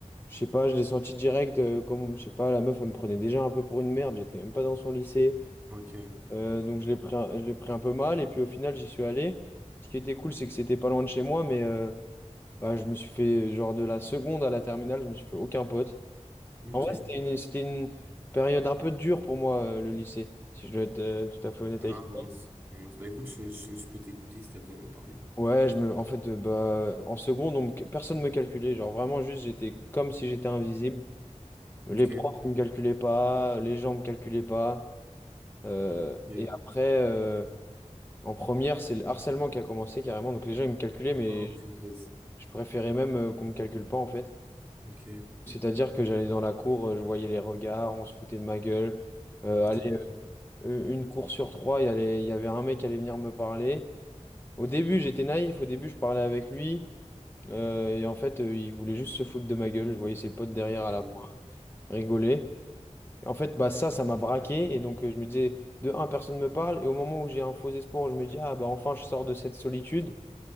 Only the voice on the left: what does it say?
je sais pas, je l'ai senti direct. euh, comme, je sais pas, la meuf, elle me prenait déjà un peu pour une merde. J'étais même pas dans son lycée.
Euh, donc je l'ai pris, un- je l'ai pris un peu mal et puis au final j'y suis allé. Ce qui était cool c'est que c'était pas loin de chez moi mais euh, bah, je me suis fait genre de la seconde à la terminale je me suis fait aucun pote.
En vrai c'était une, c'était une période un peu dure pour moi euh, le lycée si je dois être euh, tout à fait honnête
avec toi.
Ouais je me en fait euh, bah en seconde on me- personne me calculait genre vraiment juste j'étais comme si j'étais invisible.
Les profs ne me calculaient pas les gens me calculaient pas Euh,
et après En première, c'est le harcèlement qui a commencé carrément. Donc les gens, ils me calculaient, mais
je préférais même euh, qu'on me calcule pas en fait.
C'est-à-dire que j'allais dans la cour, euh, je voyais les regards, on se foutait de ma gueule. Euh,
allez, euh, une cour sur trois, il y allait- il y avait un mec qui allait venir me parler. Au début, j'étais naïf. Au début, je parlais avec lui. Euh, et en fait, euh, il voulait juste se foutre de ma gueule. Je voyais ses potes derrière à
la fois rigoler. Et En fait, bah ça, ça m'a braqué. Et donc, euh, je me disais, de un, personne me parle. Et au moment où j'ai un faux espoir, je me dis, ah bah enfin, je sors de cette solitude.